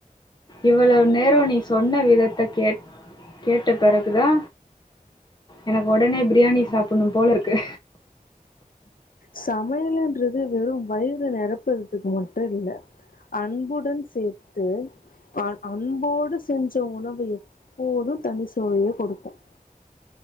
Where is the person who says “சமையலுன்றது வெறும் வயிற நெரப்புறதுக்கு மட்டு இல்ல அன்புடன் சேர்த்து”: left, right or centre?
Left